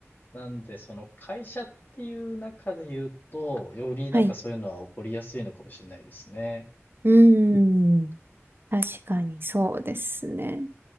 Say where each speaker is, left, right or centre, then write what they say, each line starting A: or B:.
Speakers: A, on the left; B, on the right.
A: なんで、その会社っていう中で言うと、よりなんかそういうのは起こりやすいのかもしれないですね。
B: はい。うん。確かにそうですね。